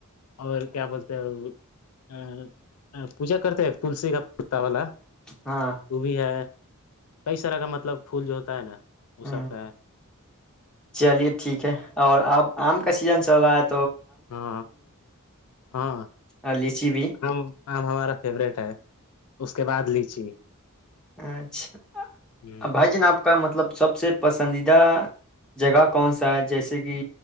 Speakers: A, on the left; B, in the centre.
A: اور کیا بولتے ہیں پوجا کرتے ہیں تلسی کا کتا والا
B: ہاں
A: وہ بھی ہے کئی طرح کا مطلب پھول جو ہوتا ہے نا وہ
B: ہ
A: سب کا ہے
B: چلیے ٹھیک ہے اور آپ آم کا سیزن چوات
A: ہاں ہاں
B: اور لیچی بھی
A: آم آم ہمارا فیورورٹ ہے اس کے بعد لیچی
B: اچھا
A: ہ
B: بھائی جان آپ کا مطلب سب سے پسند پسندیدہ جگہ کون سا ہے جیسے کہ